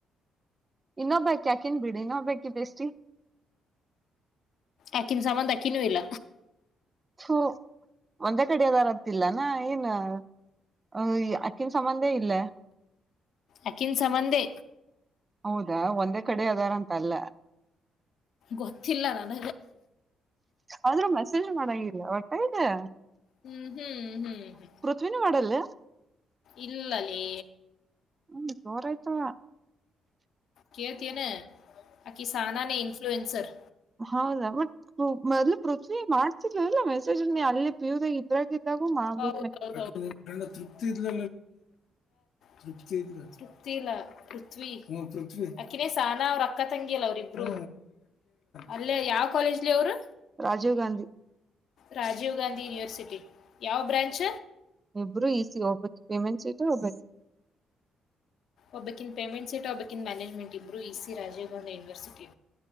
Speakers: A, on the right; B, on the left.
A: ಇನ್ನೊಬ್ಬ್ಯಾಕ್ ಯಾಕೆನ್ ಬಿಡಿ ಇನ್ನೊಬ್ ಬ್ಯಾೆ ಬೇಷ್ಟಿ
B: ಆಾಕಿನ ಸಂಬಂಕಿನೂ ಇಲ್ಲ
A: ಹ ಒಂದೇ ಕಡೆದಾರತಿಲ್ಲನಾ ಏನ್ ಹ ಅಕ್ಕಿನ ಸಂಬಂಧೇ ಇಲ್ಲ
B: ಅಕಿನ್ ಸಮಬಂಧೆ
A: ಹೌದಾ ಒಂದೇ ಕಡೆ ಅದಾರ ಅಂತ ಅಲ್ಲ
B: ಗೊತಿಿಲ್ಲಲ ನಾನ
A: ಆದ್ರೂ ಮೆಸೇಜ್ ಮಾಡಂಗಲ್ಲ ಹೊಟ್ಟ ಇದೆ
B: ಹ್ಮ್ ಹ್ಮ್ ಹ್ಮ್ ಹ್ಮ್
A: ಶವಿನ ಮಾಡಡಲ್ಲ
B: ಇಲ್ಲಲೇ
A: ಹ್ಮ ಜೋರ ಆಯ್ತಾ
B: ಕೇಳ್ತಿಯೇನು ಆಕಿ ಸಹನಾನೆ ಇನ್ಫ್ಲಲುಯನ್ಸರ್
A: ಹೌದಾ ಬಟ್ ಮೊದ್ಲು ಪೃಥ್ವಿ ಮಾಡ್ತಿಿದಲ್ವಲ್ಲ ಮೆಸೇಜ್ ಅಲ್ಲೇ ಪ್ಯೂರ್ ಆಗಿ ಕತ್ತ ಗುಮಾ
B: ಹೌದೌದು
A: ಮು
B: ತೃಪ್ತಿ ಇದ್ಲ ತೃಪ್ತಿ ತೃಪ್ತಿ ಇಲ್ಲ ಪೃಥ್ವಿ ಪೃಥ್ವಿ ಅಕ್ಕಿನೇ ಸಹನಾ ಅವ್ರ ಅಕ್ಕ ತಂಗಿಯಲ್ಲ ಅವ್ರಿಬ್ರು ಅಲ್ಲೇ ಯಾವ ಕಾಲೇಜ್ಲಿ ಅವರು
A: ರಾಜೀವ್ ಗಾಂಧಿ
B: ರಾಜೀವ್ ಗಾಂಧಿ ಯೂನಿವರ್ಸಿಟಿ ಯಾವ ಬ್ರ್ಯಾಂಚ್
A: ಇಬ್ಬರು ಈಸಿ ಒಬ್ಬ ಪೇಮೆಂಟ್ ಸ್ರ ಒಬು
B: ಒಬ್ಬಾಕಿ ಪೇಮೆಂಟ್ ಸೀಟ್ ಒಬ್ಬಾಕಿ ಮ್ಯಾನೇಜ್ಮೆಂಟ್ ಇಬ್ಬರು E C Rajiv Gowda university